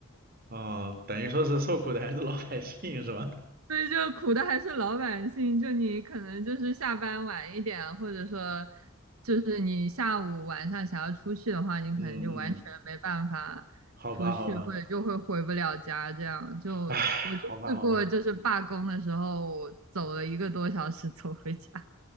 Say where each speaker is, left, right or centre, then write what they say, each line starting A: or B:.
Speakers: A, on the right; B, on the right.
A: 哦，等于说是受苦的还是老百姓是吧？
B: 所以就苦的还是老百姓。就你可能就是下班晚一点，或者说就是你下午晚上想要出去的话，你可能就完全没办法出去，
A: 嗯嗯，好吧好吧。
B: 或者就会回不了家。这样就我就试过，
A: 唉，好吧，好吧，
B: 就是罢工的时候走了一个多小时走回家。